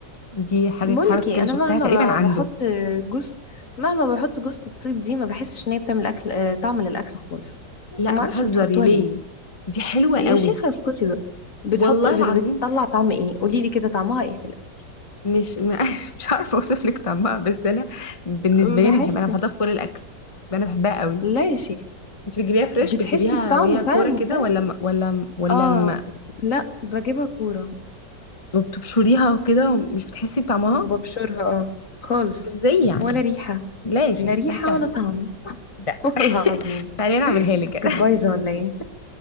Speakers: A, on the left; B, on the left.
A: دي حاجه
B: بقولك
A: حركه
B: ايه
A: كده
B: أنا
A: شفتها
B: مهما
A: تقريبا عنده
B: ب- بحط جوز مهما بحط جوز الطيب دي ما بحسش إن هي بتعمل أكل آه، طعم للأكل خالص
A: لا
B: ما
A: بتهزري
B: أعرفش بتحطوها
A: ليه
B: ليه
A: دي حلوه
B: يا
A: قوي
B: شيخة اسكتي بقى بتحط
A: والله
B: بت-
A: العظيم
B: بتطلع طعم ايه قولي لي كده طعمها ايه في الاكل
A: مش م- <laughs> مش عارفه اوصف لك طعمها بس انا بالنسبه
B: ما
A: لي انا
B: بحسش
A: بحبها انا بحطها في كل الاكل انا بحبها قوي
B: لا يا شيخة
A: انت بتجيبيها فريش
B: بتحسي
A: بتجيبيها
B: بطعم
A: وهي
B: فعلا
A: كوره
B: مختلف
A: كده ولا م- ولا م- ولا
B: اه
A: م-
B: لا بجيبها كورة
A: وبتبشريها كده ومش بتحسي بطعمها
B: وببشرها اه خالص
A: ازاي يعني
B: ولا ريحة
A: لا يا شيخ
B: لا ريحة
A: ضحكوا
B: ولا
A: عليكي
B: طعم <laughs>
A: لا
B: والله
A: <laughs>
B: العظيم
A: تعالي أنا اعملها لك <laughs> كده
B: كانت بايظة ولا ايه